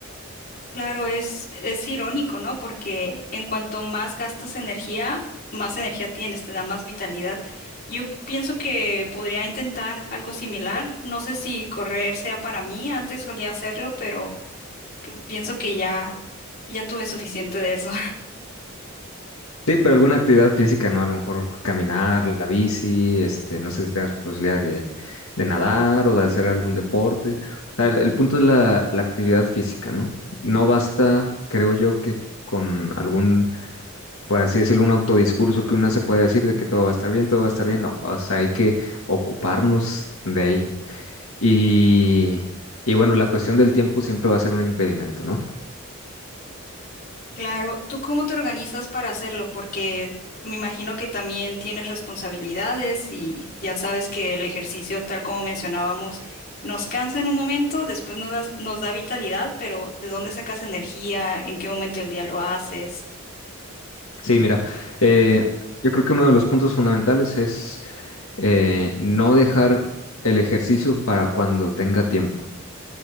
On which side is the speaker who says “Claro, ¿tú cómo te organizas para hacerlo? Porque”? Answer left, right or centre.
Left